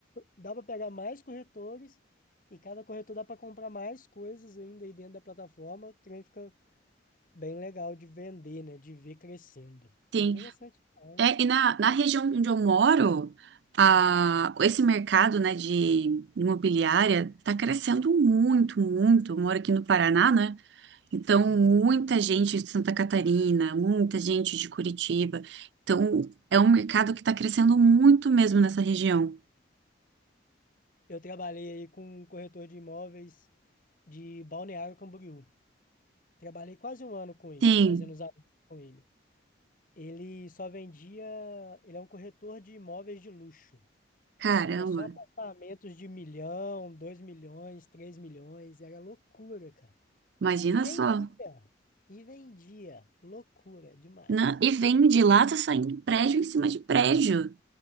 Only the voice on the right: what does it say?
Sim.
É, e na, na região onde eu moro, a, esse mercado, né, de imobiliária tá crescendo muito, muito. Eu moro aqui no Paraná, né? Então,
muita gente de Santa Catarina, muita gente de Curitiba. Então, é um mercado que está crescendo muito mesmo nessa região.
Sim,
caramba,
imagina
só.
Na- E vem de lá, tá saindo prédio em cima de prédio.